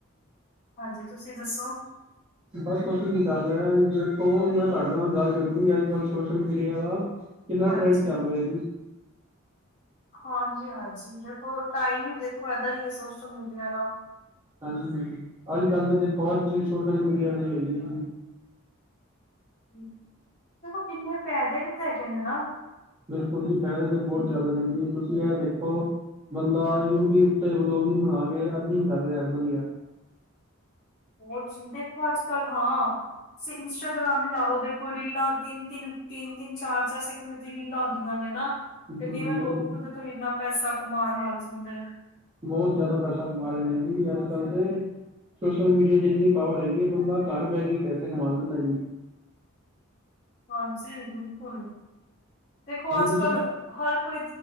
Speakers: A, on the left; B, on the right.
A: ਹਾਂਜੀ, ਤੁਸੀਂ ਦੱਸੋ?
B: ਬਸ, ਅਸੀਂ ਵੀ ਕਰ ਲਿਆ ਏ। ਦੇਖੋ ਮੈਂ ਤੁਹਾਡੇ ਨਾਲ ਗੱਲ ਕਰਨੀ, ਅੱਜ-ਕੱਲ੍ਹ ਸੋਸ਼ਲ ਮੀਡੀਆ ਦਾ ਕਿੰਨਾ,
A: ਹਾਂਜੀ
B: ਟਰੈਂਡ ਚੱਲ ਰਿਹਾ ਜੀ।
A: ਹਾਂਜੀ ਹਾਂਜੀ, ਦੇਖੋ ਟਾਈਮ ਹੀ ਦੇਖੋ, ਇਦਾਂ ਹੀ ਐ ਸੋਸ਼ਲ ਮੀਡੀਆ ਦਾ
B: ਹਾਂਜੀ, ਅੱਜ-ਕੱਲ੍ਹ ਤਾ ਦੇਖੋ ਹਰ ਚੀਜ਼, ਸੋਸ਼ਲ ਮੀਡੀਆ ਦਾ ਹੀ ਹੈਗੀ ਏ ਜੀ।
A: ਦੇਖੋ, ਕਿੰਨੇ ਫੈਦੇ ਵੀ ਤੇ ਹੈਗੇ ਨੇ ਨਾ।
B: ਬਿਲਕੁਲ ਜੀ, ਫਾਇਦੇ ਤਾਂ ਬਹੁਤ ਜ਼ਿਆਦਾ ਨੇ ਜੀ, ਤੁਸੀਂ ਇਹ ਦੇਖੋ ਬੰਦਾ ਯੂਟਿਊਬ ਤੇ ਵਲੋਗਿੰਗ ਬਣਾ ਕੇ, ਅਰਨਿੰਗ ਕਰ ਰਿਹਾ ਵਧੀਆ
A: ਯੂਟਿਊਬ ਤੇ ਸੁਣਦੇ ਪਏ ਅੱਜ ਕੱਲ, ਹਾਂ। ਇੰਸਟਾਗ੍ਰਾਮ ਹੀ ਲਾਲੋ, ਦੇਖੋ ਰੀਲਾ ਤਿੰਨ- ਤਿੰਨ, ਤਿੰਨ- ਤਿੰਨ, ਚਾਰ-ਚਾਰ ਸੈਂਕਿੰਡ ਰੀਲਾ ਹੁੰਦੀਆਂ ਨੇ ਨਾ, ਤੇ
B: ਹੂੰ
A: ਜਿਵੇਂ
B: ਬਿਲਕੁਲ
A: ਲੋਕ ਉਦੇ ਤੋਂ ਇਨਾ ਪੈਸਾ ਕਮਾਉਣ ਲੱਗ ਜਾਂਦੇ।
B: ਬਹੁਤ ਜ਼ਿਆਦਾ ਪੈਸਾ ਕਮਾ ਰਹੇ ਨੇ ਜੀ, ਅੱਜ ਕੱਲ੍ਹ ਤੇ ਸੋਸ਼ਲ ਮੀਡੀਆ 'ਚ ਇੰਨੀ ਪਾਵਰ ਹੈਗੀ ਏ, ਬੰਦਾ ਘਰ ਬਹਿ ਕੇ ਪੈਸੇ ਕਮਾ ਲੈਂਦਾ ਜੀ।
A: ਹਾਂਜੀ ਬਿਲਕੁਲ, ਦੇਖੋ
B: ਹੁਣ
A: ਅੱਜ
B: ਤੁਸੀਂ
A: ਕੱਲ ਹਰ ਕੋਈ,